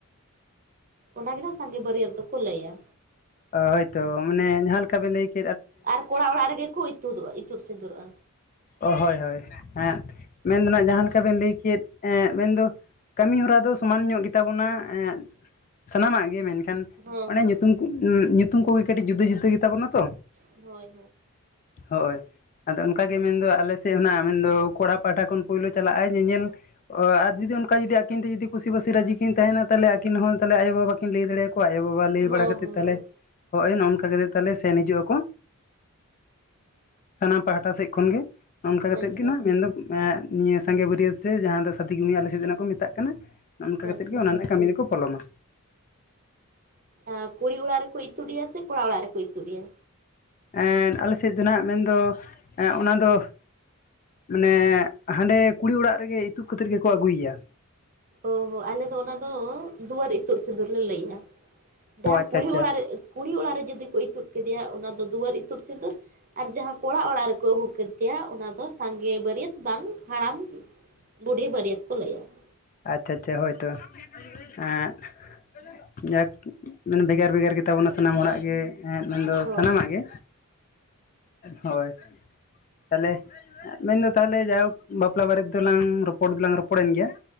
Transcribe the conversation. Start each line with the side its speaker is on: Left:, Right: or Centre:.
Right: ᱚᱱᱟᱜᱮ ᱦᱟᱸᱜ ᱥᱟᱸᱜᱮ ᱵᱟᱹᱨᱭᱟᱹᱛ ᱫᱚᱠᱚ ᱞᱟᱹᱭᱟ
Left: ᱚ ᱦᱳᱭᱛᱚ ᱚᱱᱮ ᱡᱟᱦᱟᱸ ᱞᱮᱠᱟ ᱵᱮᱱ ᱞᱟᱹᱭ ᱠᱮ
Right: ᱟᱨ ᱠᱚᱲᱟ ᱚᱲᱟᱜ ᱨᱮᱜᱮ ᱠᱚ ᱤᱛᱩᱫᱚᱼᱟ ᱤᱛᱩᱫ ᱥᱸᱤᱫᱩᱨᱚᱜᱼᱟ
Left: ᱚ ᱦᱳᱭ ᱦᱳᱭᱸ ᱦᱮᱸᱜ ᱢᱮᱱ ᱫᱚᱦ ᱱᱟᱸᱜ ᱡᱟᱦᱟᱸ ᱞᱮᱠᱟ ᱵᱮᱱ ᱞᱟᱹᱭ ᱠᱮᱫ ᱮᱸᱜ ᱢᱮᱱᱫᱚ ᱠᱟᱹᱢᱤ ᱦᱚᱨᱟ ᱫᱚ ᱥᱚᱢᱟᱱ ᱧᱚᱜ ᱜᱮᱛᱟᱵᱚᱱᱟ ᱮᱸᱜ ᱥᱟᱱᱟᱢᱟᱜ ᱜᱮ ᱢᱮᱱᱠ ᱴᱷᱮᱱ
Right: ᱦᱚᱸ
Left: ᱚᱱᱮ
Right: ᱦᱚᱸ
Left: ᱧᱩᱛᱩᱢᱠᱩ ᱧᱩᱛᱩᱢ ᱠᱩᱜᱮ ᱠᱟᱹᱴᱤᱡ ᱡᱩᱫᱟᱹ ᱡᱩᱫᱟᱹ ᱜᱮᱛᱟᱵᱚᱱᱟ ᱛᱚ
Right: ᱦᱚᱭ ᱦᱚᱭ
Left: ᱦᱳᱭ, ᱟᱫᱚ ᱚᱱᱠᱟᱜᱮ ᱢᱮᱱᱫᱚ ᱟᱞᱮ ᱥᱮᱫ ᱦᱚᱱᱟᱜ ᱢᱮᱱᱫᱚ ᱠᱚᱲᱟ ᱯᱟᱦᱴᱟ ᱠᱷᱚᱱ ᱯᱳᱭᱞᱳ ᱪᱟᱞᱟᱜ ᱧᱮᱧᱮᱞ ᱾ ᱚ ᱟᱨ ᱡᱩᱫᱤ ᱚᱱᱠᱟ ᱡᱩᱫᱤ ᱟᱹᱠᱤᱱ ᱛᱮ ᱡᱩᱫᱤ ᱠᱩᱥᱤᱵᱟᱹᱥᱤ ᱨᱟᱹᱡᱤᱠᱤᱱ ᱛᱟᱦᱮᱱᱟ ᱛᱟᱞᱮ ᱟᱹᱠᱤᱱ ᱦᱚᱸᱛᱟᱦᱚᱞᱮ ᱟᱭᱳᱵᱟᱵᱟ ᱠᱤᱱ ᱞᱟᱹᱭᱟᱲᱮ ᱟᱠᱚ ᱟᱭᱳᱼᱵᱟᱵᱟ ᱞᱟᱹᱭ
Right: ᱦᱚᱸ
Left: ᱵᱟᱲᱟ ᱠᱟᱛᱮᱫ
Right: ᱦᱚᱸ
Left: ᱛᱟᱦᱚᱞᱮ
Right: ᱦᱚᱸ
Left: ᱦᱚᱜᱼᱚᱭ ᱱᱚᱝᱠᱟ ᱠᱟᱛᱮ ᱛᱟᱦᱚᱞᱮ ᱥᱮᱱ ᱦᱤᱡᱩᱜ ᱟᱠᱚ ᱾ ᱥᱟᱱᱟᱢ ᱯᱟᱦᱴᱟ ᱥᱮᱫ ᱠᱷᱚᱱ ᱜᱮ ᱾ ᱱᱚᱚᱱᱚᱝᱠᱟ ᱠᱟᱛᱮ
Right: ᱟᱪᱪᱷᱟ
Left: ᱜᱮ ᱱᱟᱸᱜ ᱢᱮᱱᱫᱚ ᱮᱸ ᱱᱤᱭᱟᱹ ᱥᱟᱸᱜᱮ ᱵᱟᱹᱨᱭᱟᱹᱛ ᱥᱮ ᱡᱟᱦᱟᱸ ᱫᱚ ᱥᱟᱛᱤᱩ ᱟᱞᱮ ᱥᱮᱫ ᱫᱚ ᱠᱚ ᱢᱮᱛᱟᱜ ᱠᱟᱱᱟ ᱾ ᱱᱚᱜ ᱚ ᱱᱚᱝᱠᱟ ᱠᱟ
Right: ᱟᱪᱪᱷᱟ
Left: ᱠᱟᱛᱮᱜ ᱚᱱᱟ ᱨᱮᱱᱟᱜ ᱠᱟᱹᱢᱤ ᱫᱚᱠᱚ ᱯᱷᱚᱞᱚᱢᱟ ᱾
Right: ᱟ ᱠᱩᱲᱤ ᱚᱲᱟᱜ ᱨᱮᱠᱩ ᱤᱛᱩᱫ ᱮᱭᱟ ᱥᱮ ᱠᱚᱲᱟ ᱚᱲᱟᱜ ᱨᱮᱠᱩ ᱤᱛᱩᱫ ᱮᱭᱟ?
Left: ᱮᱸᱜ ᱟᱞᱮ ᱥᱮᱫᱚ ᱱᱟᱸᱜ ᱢᱮᱱᱫᱚ ᱚᱱᱟ ᱫᱚ ᱢᱟᱱᱮ ᱦᱟᱸᱰᱮ ᱠᱩᱲᱤ ᱚᱲᱟᱜ ᱨᱮᱜᱮ ᱤᱛᱩᱫ ᱠᱟᱛᱮᱫ ᱜᱮᱠᱚ ᱟᱹᱜᱩᱭᱭᱟ ᱾
Right: ᱳᱦᱳ ᱟᱞᱮ ᱫᱚ ᱚᱱᱟ ᱫᱚ ᱫᱩᱣᱟᱹᱨ ᱤᱛᱩᱫ ᱥᱤᱸᱫᱩᱨ ᱞᱮ ᱞᱟᱹᱭᱟ ᱾ ᱡᱟᱦᱟᱸ
Left: ᱚ ᱟᱪᱪᱷᱟ
Right: ᱠᱩᱲᱤ
Left: ᱟᱪᱪᱷᱟ
Right: ᱚᱲᱟᱜ ᱨᱮ ᱠᱩᱲᱤ ᱚᱲᱟᱜ ᱨᱮ ᱡᱩᱫᱤ ᱠᱩ ᱤᱛᱩᱫ ᱠᱮᱫᱮᱭᱟ ᱚᱱᱟ ᱫᱚ ᱫᱩᱣᱟᱹᱨ ᱤᱛᱩᱫ ᱥᱤᱸᱫᱩᱨ ᱾ ᱟᱨ ᱡᱟᱦᱟᱸ ᱠᱚᱲᱟ ᱚᱲᱟᱜ ᱨᱮᱠᱚ ᱟᱹᱜᱩ ᱠᱮᱛᱮᱭᱟ ᱚᱱᱟ ᱫᱚ ᱥᱟᱸᱜᱮ ᱵᱟᱹᱨᱭᱟᱹᱛ ᱵᱟᱝ ᱦᱟᱬᱟᱢ ᱵᱩᱰᱦᱷᱤ ᱵᱟᱹᱨᱭᱟᱹᱛ ᱠᱚ ᱞᱟᱹᱭᱟ ᱾
Left: ᱟᱪᱪᱷᱟ ᱟᱪᱪᱷᱟ ᱦᱳᱭᱛᱚ ᱮᱸᱜ ᱾ ᱡᱟᱠᱷ ᱢᱟᱱᱮ ᱵᱷᱮᱜᱟᱨ ᱵᱷᱮᱜᱟᱨ ᱜᱮᱛᱟᱵᱚᱱᱟ ᱥᱟᱱᱟᱢ ᱦᱚᱲᱟᱜ ᱜᱮ ᱾ ᱦᱮᱸ ᱢᱮᱱᱫᱚ
Right: ᱦᱳᱭ
Left: ᱥᱟᱱᱟᱢᱟᱜ ᱜᱮ ᱦᱚᱭ ᱾ ᱛᱟᱦᱚᱞᱮ ᱢᱮᱱᱫᱚ ᱛᱟᱦᱚᱞᱮ ᱡᱟᱭᱦᱳᱠᱷ ᱵᱟᱯᱞᱟ ᱵᱟᱨᱮ ᱫᱚᱞᱟᱝ ᱨᱚᱯᱚᱲ ᱫᱚᱞᱟᱝ ᱨᱚᱯᱚᱲᱮᱱ ᱜᱮᱭᱟ ᱾